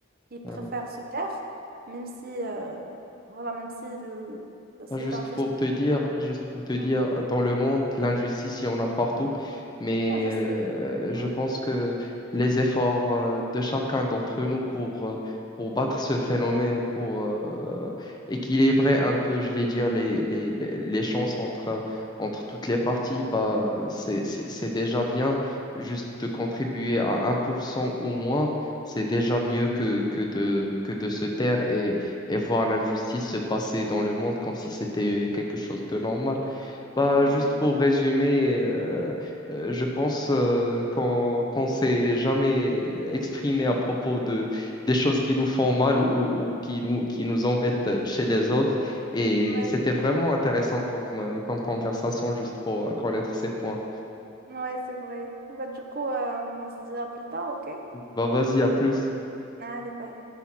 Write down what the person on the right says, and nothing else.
qui préfèrent
se taire, même si, euh, voilà, même si le- c'est
injuste.
Ouais.
Ouais, je
sais. Ouais.
Ouais.
Ouais.
Ouais.
Ouais, c'est vrai. Bah, du coup, euh, on se dira plus tard, ok?
Allez, bye.